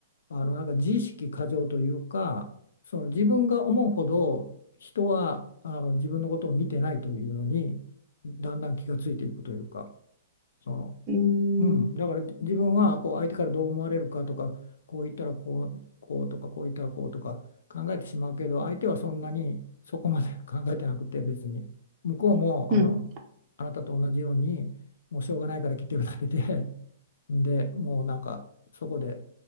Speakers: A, on the left; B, on the right.
A: あのなんか自意識過剰というかその自分が思うほど人はあの自分のことを見てないというのにだんだん気がついていくというか。その
B: うーん。
A: うん、だから自分はこう相手からどう思われるかとかこう言ったらこう、こうとかこう言ったらこうとか考えてしまうけど相手はそんなにそこまで <laughs> 考えてなくて別に向こうもあの
B: うん
A: あなたと同じようにもうしょうがないから来てるだけででもうなんかそこで、